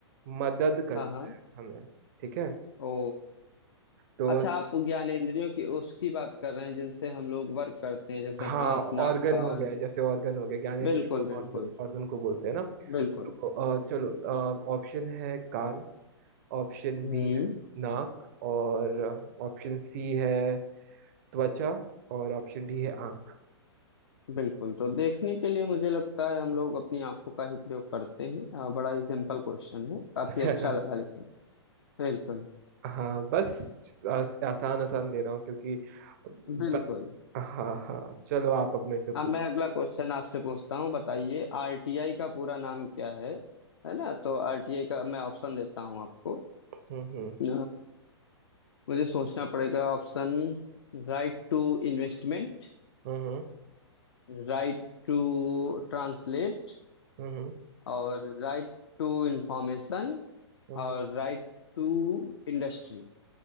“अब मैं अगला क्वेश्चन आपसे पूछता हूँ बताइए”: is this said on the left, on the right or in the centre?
Left